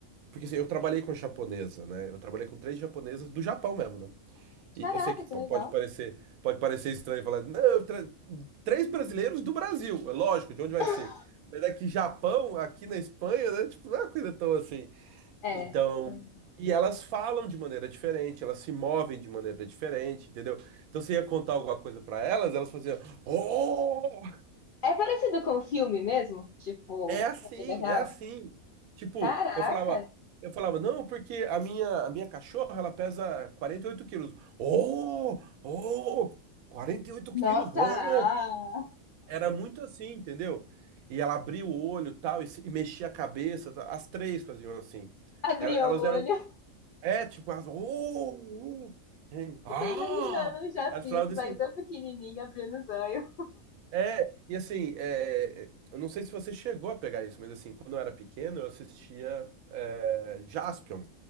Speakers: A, on the right; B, on the left.
A: porque assim, eu trabalhei com japonesa, né? Eu trabalhei com três japonesas do Japão mesmo, né? E
B: Caraca,
A: eu sei que po-
B: que legal.
A: pode parecer, pode parecer estranho falar, não, eu tra- três brasileiros do Brasil, é lógico, de onde vai
B: <laughs>
A: ser? Mas é que Japão, aqui na Espanha, né? Tipo, não é uma coisa tão assim.
B: É.
A: Então,
B: É
A: e elas falam de maneira diferente, elas se movem de maneira diferente, entendeu? Então você ia contar alguma coisa pra elas, elas faziam, oh,
B: É parecido com o filme mesmo? Tipo,
A: é assim,
B: na vida real?
A: é assim. Tipo,
B: Caraca!
A: eu falava, eu falava, não, porque a minha, a minha cachorra, ela pesa 48 quilos. Oh, oh, 48
B: Nossa!
A: quilos, oh.
B: ah!
A: Era muito assim, entendeu? E ela abria o olho, tal, e, se- e mexia a cabeça, tal. As três faziam assim.
B: Abri
A: Era- Elas
B: o olho.
A: eram É, tipo, as... Uh, uh, hein, ah!
B: Tô imaginando um Japix
A: As fraldas
B: aí
A: assim.
B: tão pequenininho abrindo os olhos.
A: É, e assim, é, eu não sei se você chegou a pegar isso, mas assim, quando eu era pequeno, eu assistia é, Jaspion,